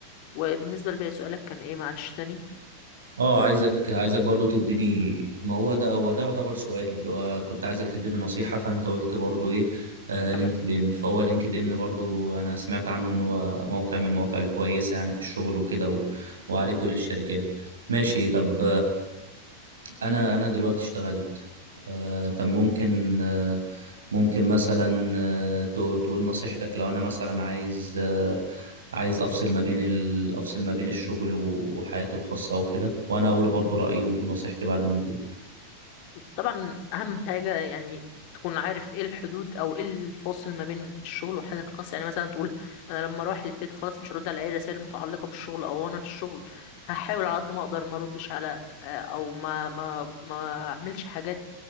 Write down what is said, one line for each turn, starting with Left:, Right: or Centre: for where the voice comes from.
Left: وبالنسبة لباقي سؤالك كان إيه معلش تاني
Right: اه عايزك عايزك برضو تديني ما هو ده هو ده يعتبر سؤالي اللي هو كنت عايزك تديني نصيحة فانت قلت برضو ايه آه لينكد
Left: تمام
Right: ان فهو لينكد ان برضو انا سمعت عنه ان هو موقع من المواقع الكويسة يعني في الشغل وكده و... وعليه كل الشركات ماشي طب انا انا دلوقتي اشتغلت آه طب ممكن آه ممكن مثلا آه تو- تقول نصيحتك لو انا مثلا عايز آه عايز افصل ما بين ال... افصل ما بين الشغل و- وحياتي الخاصة او كده وانا اقول برضو رأيي ونصيحتي بعد ما تقول
Left: طبعا اهم حاجه يعني تكون عارف ايه الحدود او ايه الفاصل ما بين الشغل وحياتك الخاصه يعني مثلا تقول انا لما اروح البيت خلاص مش هرد على اي رسائل متعلقه بالشغل او انا في الشغل هحاول على قد ما اقدر ما اردش على آه، او ما ما ما اعملش حاجات